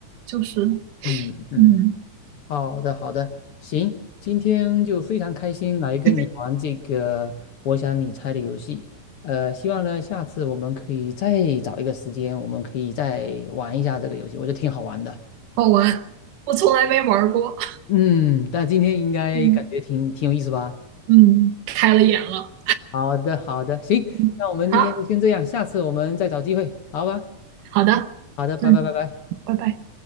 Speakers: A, on the right (about 85°); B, on the left (about 60°).
A: 就是
B: 嗯嗯。
A: 嗯，
B: 好的，好的，行，今天就非常开心来跟你玩这个我想你猜的游戏。
A: <laughs>
B: 呃，希望呢下次我们可以再找一个时间，我们可以再玩一下这个游戏，我觉得挺好玩的。
A: 好玩，我从来没玩儿过
B: 嗯，但今天应该感觉挺挺有意思吧？
A: <laughs>，嗯嗯，开了眼了，
B: 好的，好的，行，
A: 嗯，
B: 那我们今天就先这样，
A: 好
B: 下次我们再找机会，好吧？
A: 好的，
B: 好的，拜拜，
A: 嗯，
B: 拜拜。
A: 拜拜。